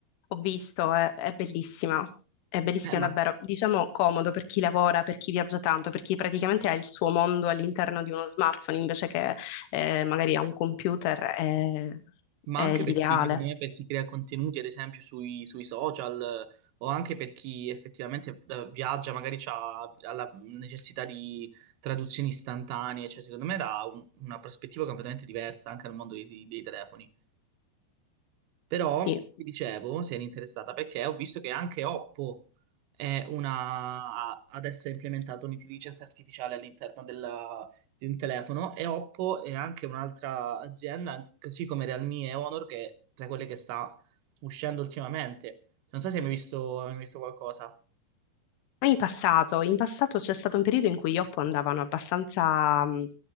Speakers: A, on the left; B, on the right.
A: Ho visto, è, è bellissima, è bellissima
B: Eh, ma,
A: davvero. Diciamo comodo per chi lavora, per chi viaggia tanto, per chi praticamente ha il suo mondo all'interno di uno smartphone invece che eh, magari ha un computer, è,
B: ma
A: è
B: anche
A: l'ideale.
B: per chi, secondo me, per chi crea contenuti, ad esempio, sui, sui social, eh, o anche per chi effettivamente eh, viaggia, magari ha la necessità di traduzioni istantanee, cioè secondo me dà un- una prospettiva completamente diversa anche al mondo dei dei telefoni. Però
A: Sì.
B: ti dicevo, se eri interessata, perché ho visto che anche Oppo è una... ha- adesso ha implementato un'intelligenza artificiale all'interno della- di un telefono e Oppo è anche un'altra azienda, così come Realme e Honor, che è tra quelle che sta uscendo ultimamente. Non so se hai mai visto, hai mai visto qualcosa.
A: Ma in passato, in passato c'è stato un periodo in cui gli Oppo andavano abbastanza mh,